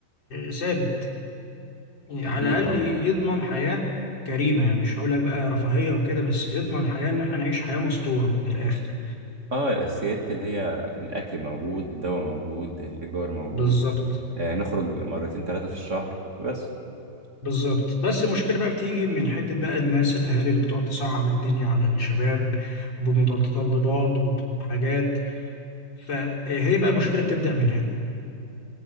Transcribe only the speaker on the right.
اكيد
اه
اه الاساسيات اللي هي الاكل موجود الدواء موجود الايجار موجود
آه نخرج مرتين ثلاثه في الشهر بس